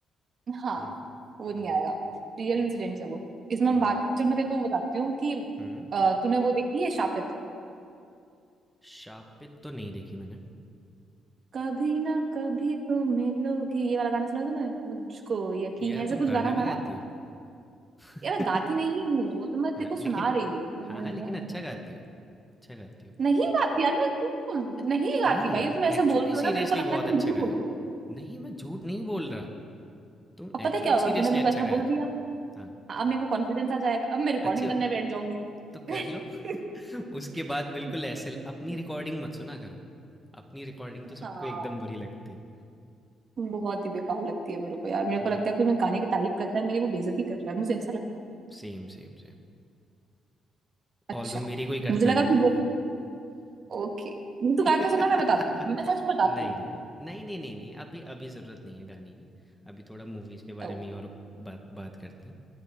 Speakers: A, on the right; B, in the centre.
A: हाँ
B: हम्म हम्म
A: वो नहीं
B: हम्म
A: आएगा रियल
B: हम्म
A: इंसिडेंट्स है वो इसमें हम
B: हम्म
A: बात चल मैं तेरे को बताती हूँ कि
B: हम्म।
A: अ, तूने वो देखी है शापित
B: शापित तो नहीं देखी मैंने
A: कभी ना कभी तो मिलोगी ये वाला गाना सुना तूने मुझको यकीन
B: यार
A: है ऐसा
B: तुम
A: कुछ
B: गाना
A: गाना
B: भी
A: था
B: गाती
A: ना
B: हो
A: यार मैं गाती नहीं
B: <laughs>
A: हूँ वो तो मैं तेरे
B: हाँ,
A: को सुना
B: लेकिन
A: रही हूँ मैं-
B: हाँ, हाँ, लेकिन अच्छा गाती हो, अच्छा गाती हो।
A: नहीं गाती यार मैं क्यों नहीं गाती
B: नहीं,
A: भाई तुम ऐसे
B: एक्चुअली
A: बोलते
B: सीरियसली
A: हो ना मेरे को लगता
B: बहुत
A: है तुम
B: अच्छा
A: झूठ
B: गाया।
A: बोल रहे हो
B: नहीं, मैं झूठ नहीं बोल रहा। तुम
A: अब पता
B: एक्चुअली
A: है क्या होगा
B: सीरियसली
A: तूने मेरे
B: अच्छा
A: को ऐसा
B: गाया
A: बोल
B: तो।
A: दिया
B: हाँ,
A: हाँ, अब मेरे को कॉन्फिडेंस आ जाएगा अब मैं रिकॉर्डिंग
B: अच्छी बात
A: करने बैठ जाऊंगी
B: तो कर
A: <laughs>
B: लो। <laughs> उसके बाद बिल्कुल
A: नहीं,
B: ऐसे ल अपनी रिकॉर्डिंग मत सुना करो। अपनी रिकॉर्डिंग तो
A: हाँ
B: सबको एकदम बुरी लगती है।
A: बहुत ही बेकार लगती है मेरे को यार मेरे
B: नहीं,
A: को लगता है कोई मैं गाने की तारीफ करता है मेरी वो बेइज्जती कर रहा है मुझे ऐसा लगता
B: सेम, सेम, सेम।
A: है
B: ऑल्दो
A: अच्छा
B: मेरी कोई करता
A: मुझे लगा
B: नहीं है।
A: तू बोल ओके
B: <laughs>
A: तू गा के सुना मैं बताती हूँ मैं सच में बताती
B: नहीं,
A: हूँ
B: नहीं, नहीं। नहीं, नहीं, नहीं, नहीं, अभी अभी ज़रूरत नहीं है गाने की। अभी थोड़ा मूवीज़ के बारे
A: ओके
B: में ही और बात बात करते